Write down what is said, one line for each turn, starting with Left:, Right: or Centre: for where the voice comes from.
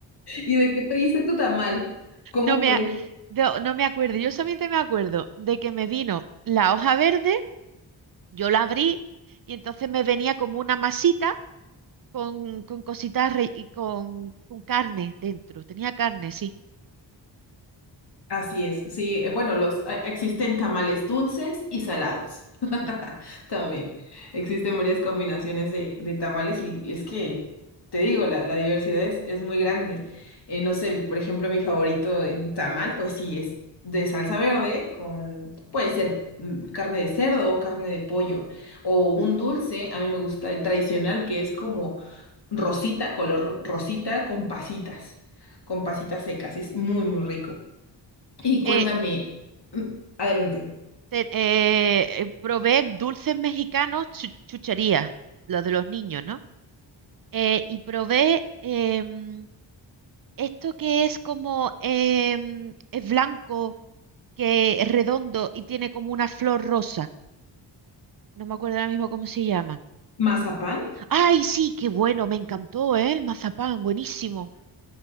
Left: de qué pediste tu tamal? ¿Cómo
Right: No me,
Left: fue?
Right: a- no, no me acuerdo. Yo solamente me acuerdo de que me vino la hoja verde, yo la abrí y entonces me venía como una masita con, con cositas re- y con, con carne dentro. Tenía carne, sí.
Left: Así es, sí, eh, bueno, los eh, existen tamales dulces y salados. <laughs>
Right: Ujú.
Left: También existen varias combinaciones de, de tamales y, es que, te digo, la, la diversidad es, es muy grande. Eh, no sé, por ejemplo, mi favorito en tamal, pues sí, es de salsa verde con, puede ser mm, carne de cerdo o carne de pollo o un dulce, a mí me gusta el tradicional que es como rosita, color rosita con pasitas, con pasitas secas, es muy, muy rico. Y
Right: Eh,
Left: cuéntame, Mm, Adelante.
Right: te- eh, eh, probé dulces mexicanos, chu- chucherías, los de los niños, ¿no? eh, y probé em, esto que es como em, es blanco, que es redondo y tiene como una flor rosa. No me acuerdo ahora mismo cómo se llama.
Left: ¿Mazapán?
Right: ¡Ay, sí! ¡Qué bueno! Me encantó, ¿eh? El mazapán, buenísimo,